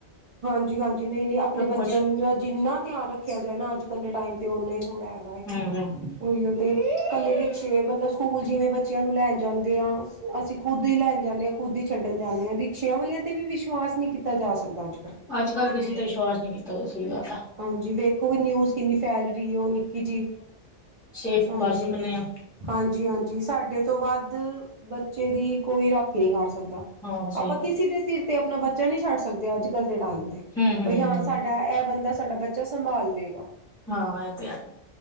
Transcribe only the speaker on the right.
ਹਾਂਜੀ, ਹਾਂਜੀ ਨਈ, ਨਈ ਅਪਨੇ ਬਚਿਆ
ਦਾ ਜਿੰਨਾ ਧਿਆਨ ਰੱਖਿਆ ਜਾਏ ਨਾ ਅੱਜ ਕੱਲ ਦੇ ਟਾਈਮ ਤੇ ਓਨਾ ਥੋੜਾ ਐ। ਹੈਗਾ ਏ
ਉਹੀ ਉ ਤੇ ਤੇ ਕੱਲੇ ਰਿਕਸ਼ੇ ਮਤਲਬ ਸਕੂਲ ਜਿਵੇਂ ਬੱਚਿਆਂ ਨੂੰ ਲੈਨ ਜਾਂਦੇ ਆ ਅਸੀ ਖੁਦ ਈ ਲੈਨ ਜਾਂਦੇ ਆਂ, ਖੁਦ ਈ ਛੱਡਨ ਜਾਂਦੇ ਆਂ, ਰਿਕਸੇ਼ਆਂ ਵਾਲਿਆਂ ਤੇ ਵੀ ਵਿਸ਼ਵਾਸ ਨੀ ਕੀਤਾ ਜਾ ਸਕਦਾ ਅੱਜ ਕੱਲ੍ਹ
ਹਾਂਜੀ ਵੇਖੋ ਇਹ ਨਿਊਜ਼ ਕਿੰਨੀ ਫੈ਼ਲ ਰਹੀ ਏ ਓ ਨਿੱਕੀ ਜੀ
ਹਾਂਜੀ
ਹਾਂਜੀ, ਹਾਂਜੀ ਸਾਡੇ ਤੋਂ ਵੱਧ ਬੱਚੇ ਦੀ ਕੋਈ ਰਾਖੀ ਨੀ ਕਰ ਸਕਦਾ।
ਅਪਾਂ
ਕਿਸੀ
ਦੇ ਸਿਰ ਤੇ ਅਪਨਾ ਬੱਚਾ ਨੀ ਛੱਡ ਸਕਦੇ ਅੱਜ ਕੱਲ ਦੇ ਟਾਈਮ ਤੇ।
ਬਈ
ਹਾਂ
ਸਾਡਾ ਐ ਬੰਦਾ ਸਾਡਾ ਬੱਚਾ ਸੰਭਾਲ ਲਏਗਾ।